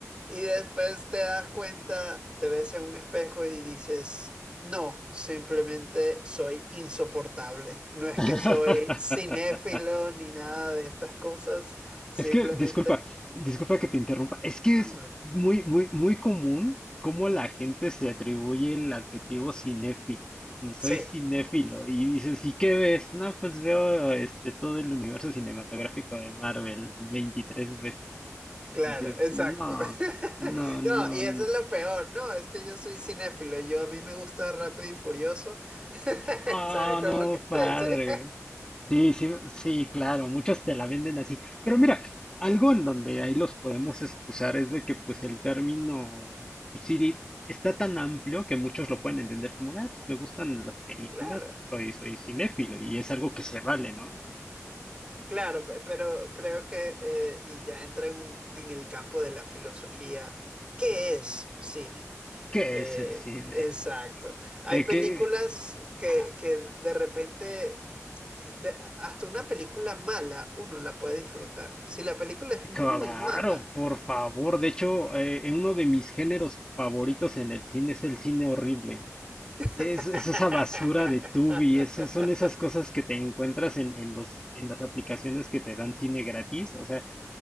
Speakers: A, on the right (about 20°); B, on the left (about 15°).
A: Y después te das cuenta, te ves en un espejo y dices, no, simplemente soy insoportable. No es
B: <laughs>
A: que soy cinéfilo ni nada de estas cosas, simplemente...
B: Es que, disculpa, disculpa que te interrumpa. Es que
A: No,
B: es
A: no. no".
B: muy, muy, muy común cómo la gente se atribuye el adjetivo cinéfilo. "No Soy
A: Sí,
B: cinéfilo. Y dices, ¿y qué ves? No, pues veo este todo el universo cinematográfico de Marvel 23 veces.
A: claro,
B: Dices,
A: exacto.
B: no,
A: <laughs>
B: no, no,
A: No, y
B: no,
A: eso es lo peor. No, es que yo soy cinéfilo. Yo a mí me gusta Rápido y Furioso. <laughs>
B: ah,
A: ¿Sabes cómo
B: no,
A: que te
B: padre.
A: dice?
B: Sí, sí, sí, claro, muchos te la venden así. Pero mira, algo en donde ahí los podemos excusar es de que pues el término pues, Siri está tan amplio que muchos lo pueden entender como, ah, pues, me gustan las películas,
A: <laughs> Claro.
B: soy, soy cinéfilo y es algo que se vale, ¿no?
A: Claro, pe- pero creo que, eh, y ya entra en, un- en el campo de la filosofía, ¿qué es cine?
B: ¿Qué
A: Eh,
B: es el cine?
A: exacto. Hay
B: Eh,
A: películas
B: ¿qué?
A: que,
B: Ah,
A: que de repente, eh, de- hasta una película mala uno la puede disfrutar. Si la película es muy
B: claro,
A: mala.
B: por favor. De hecho, eh, uno de mis géneros favoritos en el cine es el cine horrible.
A: <laughs>
B: Es, es esa basura de Tubi, es- son esas cosas que te encuentras en, en los, en las aplicaciones que te dan cine gratis. O sea,